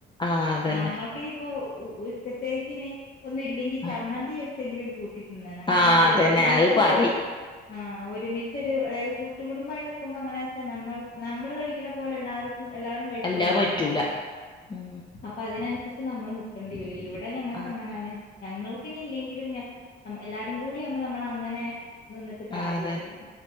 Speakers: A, on the left (about 25°); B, on the left (about 50°).
A: ആഹ് അതന്നെ
B: നമ്മൾക്കിനിയിപ്പോ ഉച്ചത്തേക്കിനി ഒന്നില്ലെങ്കി ചമ്മന്തി
A: ആ
B: വെച്ചെങ്കിലും കൂട്ടി ഉം ന്ന നമ്മള്ങ്ങനെ
A: ആഹ്
B: ഒര്
A: അതന്നെ
B: ഒര്മിച്ചൊരു
A: അത് പറിം
B: ആഹ് ഒര്മിച്ചൊരു അതായത് കൂ ട്ടുകുടുംബമായി നിക്കുമ്പോ എങ്ങനാച്ചാ നമ്മൾ നമ്മള് കഴിക്കണ പോലെല്ലാർ ക്കും എല്ലാവരും കഴിച്ചോള്ളണന്നുണ്ടാവൂല്ല.
A: അല്ലാതെ പറ്റൂല ഉം
B: അപ്പതിനൻസരിച്ച് നമ്മളും നിക്കേണ്ടി വരും ഇവടെ ഞങ്ങൾക്കങ്ങനേണ്.
A: ആഹ്
B: ഞങ്ങൾക്കിനിയില്ലെങ്കിലും ഞ എം എല്ലാരും കൂടിയാവുമ്പോ നമ്മളങ്ങനെ നിന്നിട്ട് കാര്യല്ലല്ലോ
A: ആഹ് അതെ